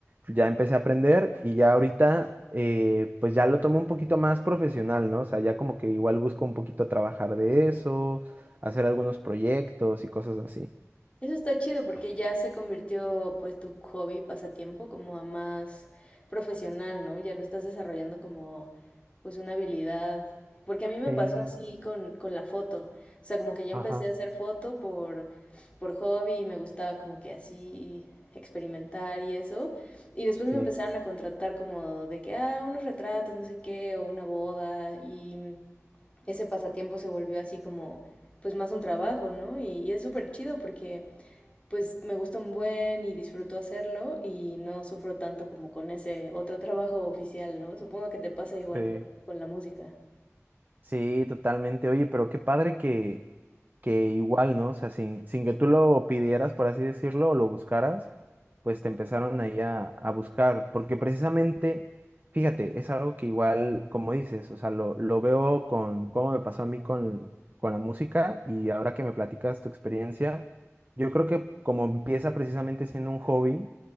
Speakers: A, on the right; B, on the left.
A: ya empecé a aprender y ya ahorita, eh, pues ya lo tomo un poquito más profesional, ¿no? O sea, ya como que igual busco un poquito trabajar de eso, hacer algunos proyectos y cosas así.
B: Eso está chido porque ya se convirtió pues tu hobby, pasatiempo, como a más profesional, ¿no? Ya lo estás desarrollando como pues una habilidad. Porque a mí me
A: Sí,
B: pasó así con, con la foto. O sea, como que yo empecé
A: ajá,
B: a hacer foto por, por hobby y me gustaba como que así experimentar y eso. Y después me
A: sí,
B: empezaron a contratar como de que, ah, unos retratos, no sé qué, o una boda. Y ese pasatiempo se volvió así como pues más un trabajo, ¿no? Y, y es súper chido porque pues me gusta un buen y disfruto hacerlo y no sufro tanto como con ese otro trabajo oficial, ¿no? Supongo que te pasa igual
A: sí.
B: con, con la música.
A: Sí, totalmente. Oye, pero qué padre que, que igual, ¿no? O sea, sin, sin que tú lo pidieras, por así decirlo, o lo buscaras, pues te empezaron ahí a, a buscar. Porque precisamente, fíjate, es algo que igual, como dices, o sea, lo, lo veo con cómo me pasó a mí con, con la música y ahora que me platicas tu experiencia, yo creo que como empieza precisamente siendo un hobby,